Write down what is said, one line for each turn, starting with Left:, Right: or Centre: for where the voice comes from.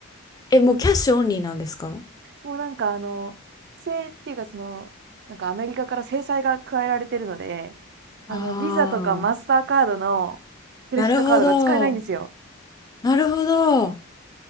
Left: え、もうキャッシュオンリーなんですか
Right: もうなんかあの、制っていうかその、なんかアメリカから制裁が加えられてるので、あの、
Left: ああ、
Right: ビザとかマスターカードのクレジットカードが使えないんですよ。
Left: なるほど。なるほど。